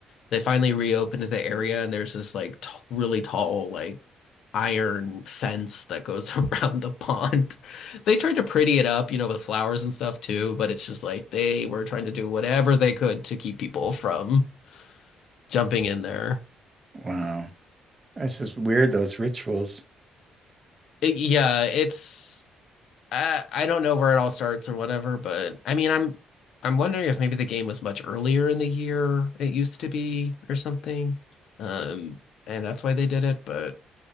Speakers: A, on the left; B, on the right.
A: They finally reopened the area, and there's this like t really tall like iron fence that goes <laughs> around the pond. They tried to pretty it up, you know, with flowers and stuff too, but it's just like they were trying to do whatever they could to keep people from jumping in there.
B: Wow. It's just weird, those rituals.
A: It- yeah, it's I, I don't know where it all starts or whatever, but I mean, I'm I'm wondering if maybe the game was much earlier in the year it used to be or something. Um, and that's why they did it, but